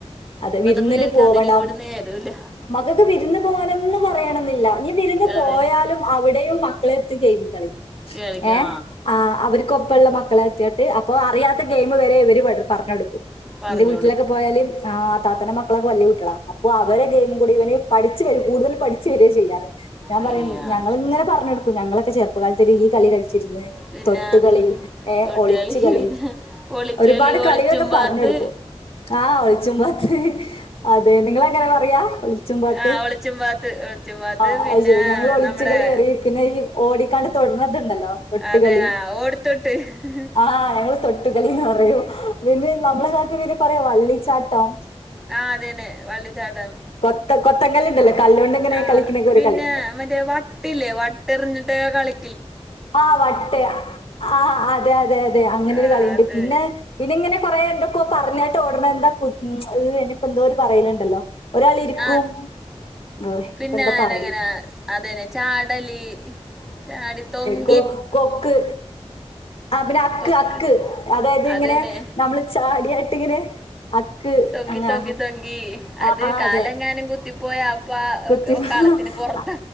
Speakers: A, on the left (about 60°); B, in the centre.
A: അതെ വിരുന്നിനു
B: പിള്ളേർക്ക്
A: പോവണം
B: അതിനും കൂടി നേരമില്ല
A: മക്കൾക്ക് വിരുന്ന് പോകാനൊന്നും പറയണമെന്നില്ല ഈ വിരുന്നു
B: അതെ
A: പോയാലും അവിടെയും മക്കളെ <inaudible>
B: കളിക്കാ
A: ഏ ആ അവര് ഇപ്പം ഇപ്പൊ ഉള്ള മക്കളെ വച്ചോണ്ട് അപ്പൊ അറിയാത്ത ടൈം വരെ ഇവര് പറഞ്ഞു കൊടുക്കും
B: പറഞ്ഞു കൊടുക്കും
A: വീട്ടിലൊക്കെ പോയാല് ആ താത്താന്റെ മക്കളൊക്കെ വലിയ കുട്ടികള അപ്പൊ അവരെ ഗെയ്മും കൂടി ഇവര് പഠിച്ചു വരും കൂടുതൽ പഠിച്ചു വരികയാ ചെയ്യുന്നത് ഞാൻ
B: ചെയ്യാ
A: പറയും ഞങ്ങളിങ്ങനെ പറഞ്ഞു കൊടുക്കും ഞങ്ങളൊക്കെ ചെറുപ്പ പ്പകാലത്തിലീ കളി ച്ചിരുന്ന്
B: പിന്നെ
A: തൊട്ടുകളി ഏ
B: തൊട്ടുകളി
A: ഒളിച്ചു കളി
B: പിന്നെ ഒളിച്ചളി
A: ഒരുപാട്
B: ഒളിച്ചും
A: കളിയോക്കെ
B: പാത്ത്
A: പറഞ്ഞു കൊടുക്കും ആ ഒളിച്ചും പാത്ത് അതെ നിങ്ങൾ അങ്ങനെ പറയാ ഒളിച്ചും പാത്ത്
B: ആ ഒളിച്ചും പാത്ത് ഒളിച്ചും പാത്ത്
A: ആ
B: പിന്നെ
A: അത് ശെരി ഞങ്ങൾ ഒളിച്ചു
B: നമ്മുടെ
A: കളി പറയും പിന്നെ ഈ ഓടിക്ക തുണ്ടല്ലോ വെട്ടുകളി
B: അതെ ആ ഓടിത്തൊട്ട്
A: ആ ഞങ്ങൾ തൊട്ടുകളീന്ന് പറയും നമ്മുടെ നാട്ടീൽ പിന്നെ പിന്നെ വള്ളി ചാട്ടം
B: ആ അത് തന്നെ വള്ളിച്ചാട്ടം
A: കൊത്ത കൊത്തങ്കല്ല്ണ്ടല്ലോ കല്ലോണ്ട് ഇങ്ങനെ
B: ആ
A: കളിക്കണൊക്കെ ഒരു
B: പിന്നെ
A: കളിയുണ്ടല്ലോ
B: മറ്റേ വട്ട് ഇല്ലേ വട്ടെറിഞ്ഞിട്ട് കളി
A: ആ വട്ട് ആ അതെ അതെ അതെ അങ്ങനെ
B: ആ
A: ഒരു കളിയുണ്ട്
B: അത്
A: പിന്നെ ഇതിങ്ങനെ കുറെ എന്തൊക്കെയോപറഞ്ഞട്ടു ഓടുന്ന എന്താ ഉം എന്തോ ഒരു പറയലുണ്ടല്ലോ ഒരാളിരിക്കും
B: ആ
A: ഓഹ്
B: പിന്നെ
A: ഇപ്പൊ എന്താ
B: അനങ്ങനെ
A: പറയല്
B: അതെന്നെ ചാടലി ചാടി തൊങ്കി
A: ക്കൊക് കൊക്ക് ആ പിന്നെ അക്ക്
B: തൊക്ക്
A: അക്ക് അതായത്
B: അത്
A: ഇങ്ങനെ
B: തന്നെ
A: നമ്മള് ചാടിയാട്ട് ഇങ്ങനെ അക്ക്
B: തൊങ്കി
A: അങ്ങ
B: തൊങ്കി തൊങ്കി അത്
A: ആ
B: കാലെങ്ങാനും
A: അതെ
B: കുത്തിപ്പോയ അപ്പൊ
A: കുത്തി
B: കളത്തിന് പുറത്ത
A: അ-